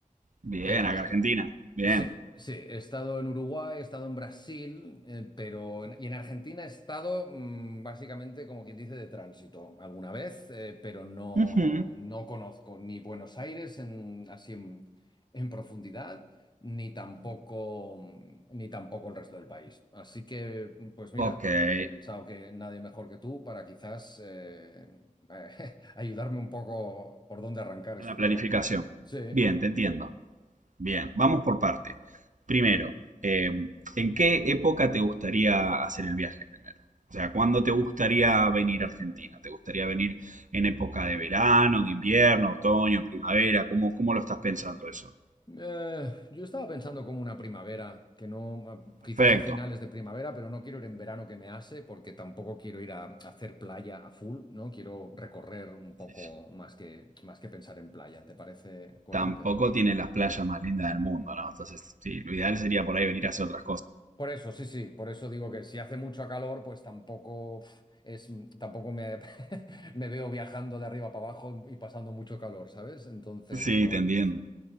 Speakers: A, on the right; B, on the left.
A: Bien,
B: Eh,
A: acá Argentina. Bien.
B: sí, sí, he estado en Uruguay, he estado en Brasil, eh, pero en- y en Argentina he estado mm, básicamente como quien dice de tránsito alguna vez, eh, pero no,
A: Ujú.
B: no conozco ni Buenos Aires en, así en, en profundidad, ni tampoco, mm, ni tampoco el resto del país. Así que, mm, pues mira,
A: Ok, en
B: he pensado que nadie mejor que tú para quizás eh, <laughs> ayudarme un poco por dónde arrancar este
A: la planificación.
B: tema. Sí.
A: Bien, te entiendo. Bien, vamos por parte. Primero, eh, ¿en qué época te gustaría hacer el viaje primero? O sea, ¿cuándo te gustaría venir a Argentina? ¿Te gustaría venir en época de verano, de invierno, otoño, primavera? ¿Cómo, cómo lo estás pensando eso?
B: Eh, yo estaba pensando como una primavera, que no, ah,
A: Perfecto.
B: quizás a finales de primavera, pero no quiero ir en verano que me hace, porque tampoco quiero ir a, a hacer playa a full, ¿no? Quiero recorrer un poco
A: Sí, sí.
B: más que, más que pensar en playa. ¿Te parece coherente?
A: Tampoco tiene las playas más lindas del mundo, ¿no? Entonces, sí, lo ideal sería por ahí venir a hacer otras cosas.
B: Por eso, sí, sí, por eso digo que si hace mucho calor, pues tampoco pf, es, tampoco me, <laughs> me veo viajando de arriba para abajo y pasando mucho calor, ¿sabes? Entonces
A: Sí,
B: digo,
A: te entiendo.